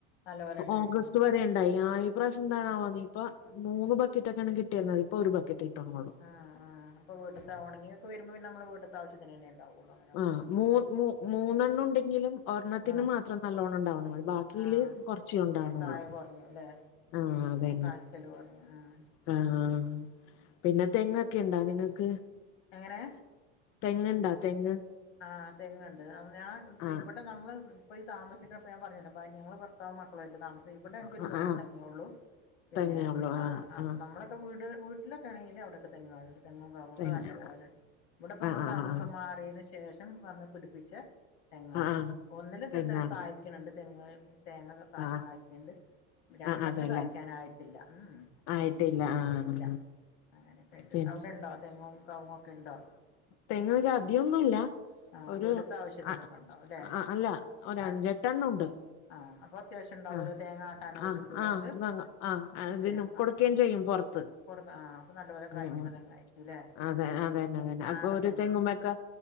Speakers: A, on the left (about 85°); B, on the left (about 45°).
A: നല്ലപോലെ ഉണ്ടായിരുന്നു
B: ഓഗസ്റ്റ് വറെണ് കയിഞ്ഞാ യീ പ്രശ്യം എന്താണവൊ ഇപ്പൊ മൂന്ന് ബക്കറ്റൊക്കെണ് കിട്ടിരുന്നത് ഇപ്പൊ ഒരു ബക്കറ്റൊക്കെള്ളു
A: ആഹ് ആ പ്പോൾ വീട്ട്ത്ത ഉണങ്ങിയൊക്കെ വരുമ്പോപിന്നെ നമ്മള് വീട്ട്ത്താവശ്യത്തനെന്നെണ് ഡൗളാ
B: ആഹ് മൂ മൂ മൂന്നെണ്ണം ഉണ്ടെങ്കിലും ഒ ഒർണ്ണത്തിന്
A: ആഹ്
B: മാത്രം നല്ലോണ്ണം ണ്ടാവനുള്ളു ഈല്
A: ആഹ്
B: കൊറച്ചേണ്ടാവുണുള്ളൂ
A: കായ കുറഞ്ഞു അല്ലേ
B: ആഹ് അതെ
A: കായ്ക്കല് കുറഞ്ഞു ഉം
B: ആഹ് പിന്നെ തെങ്ങൊക്കെ ണ്ടോ? നിങ്ങക്ക്
A: എങ്ങനെ
B: തെങ്ങ്ണ്ടാ തെങ്ങ്
A: ആഹ് തെങ്ങ്ണ്ട് അന്ന് ആ
B: ആഹ്
A: ഇവിടെ നമ്മള് ഇപ്പോ യീ താമിക്കണപ്പ ഞൻ പറയാഞ്ഞില്ലേ ഞങ്ങള് ഭർത്താവും മക്കളുവായിട്ട് തമസ തെ ഇവിടെ നങ്ങക്കൊരു
B: ആഹ്
A: മൂന്ന്
B: ആഹ്
A: തങ്ങെള്ളൂ പിന്നെ
B: തെങ്ങേ ഉള്ളൂ
A: ആ
B: ആഹ് ആഹ്
A: നമ്മള ഇപ്പോ വീട്ടില് വീട്ടിലോക്കെ ണെങ്കിൽ അവിടൊക്കെ തെങ്ങാളുണ്ട് തെങ്ങും കൗങ്ങോക്കെ
B: തെങ്ങ്
A: നല്ലപോലെണ്ട് ഇവിടെപ്പോമ്മള്
B: ആഹ് ആഹ്
A: താമസം
B: ആഹ്
A: മാറിയതിനു ശേ ശേഷം വന്ന് പിടിപ്പിച്ച തെങ്ങാണ്
B: ആഹ് ആഹ്
A: ഒന്നില് തെ
B: തെങ്ങാണ്
A: തെ കായ്ക്ക്ണ് ണ്ട് തെങ്ങ് തേങ്ങൊക്കെ കായ്
B: ആഹ്
A: കായ്ക്കണ്ട് രണ്ടെണ്ണത്തി
B: ആഹ് അതെല്ലേ
A: കായ്ക്കാനായിട്ടില്ല ഉം
B: ആയിട്ടില്ല ആഹ്
A: ഇല്ല അങ്ങനെക്കെയിട്ട്
B: പിൻ
A: അവിടെണ്ടോ തെങ്ങും കവുങ്ങോക്കെ ണ്ടോ?
B: തേങ്ങോക്കെ അതികൊന്നുല്ല
A: ആഹ്
B: ഒരു
A: വീട്ട്ത്തെ ആവശ്യത്തിനൊക്കെ
B: അ
A: ഉണ്ടാവും ല്ലേ
B: അല്ല ഒരഞ്ചെട്ടണ്ണോണ്ട്
A: ആഹ് ആഹ് അത്യാവശ്യം ഉണ്ടാവൂലോ
B: ആഹ്
A: തേങ്ങ ആട്ടാനൊക്കെ
B: ആഹ്
A: കിട്ടൂലേ
B: ആഹ്
A: ഇങ്ങക്ക്
B: വാങ്ങാ ആഹ് അതിന്
A: ഇല്ലേ
B: കൊടുക്കേം
A: ആഹ്
B: ചെയ്യും പോറത്ത്
A: കൊടുക്ക ആഹ് അപ്പൊ നല്ലപോലെ കായ്ക്ക്ണ
B: ഉം ഉം
A: തെങ്ങായിരിക്കുംല്ലേ
B: അതെ അതന്നെ ന്നെ
A: നാടൻ
B: അപ്പൊരു തെങ്ങുമ്മോക്കെ